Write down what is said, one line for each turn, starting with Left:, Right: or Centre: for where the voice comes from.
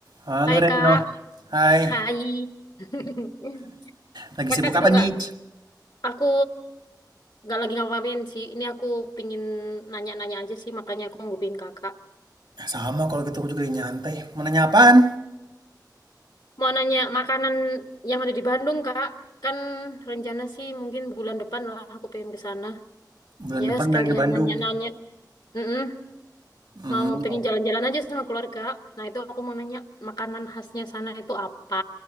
Right: Halo
Left: Hai
Right: Retno,
Left: Kak,
Right: hai.
Left: hai. <laughs>
Right: Lagi
Left: Kakak
Right: sibuk
Left: sibuk
Right: apa nih?
Left: nggak? Aku nggak lagi ngapain sih. Ini aku pingin nanya-nanya aja sih, makanya aku ngupin Kakak.
Right: Sama kalau gitu aku juga lagi nyantai. Mau nanya apaan?
Left: Mau nanya makanan yang ada di Bandung, Kak. Kan rencana sih mungkin bulan depan lah aku pengen ke sana.
Right: Bulan
Left: Ya,
Right: depan
Left: sekalian
Right: main ke Bandung.
Left: nanya-nanya. Mm-mm.
Right: Hmm,
Left: Mau pengen
Right: oh.
Left: jalan-jalan aja sama keluarga. Nah, itu aku mau nanya makanan khasnya sana itu apa?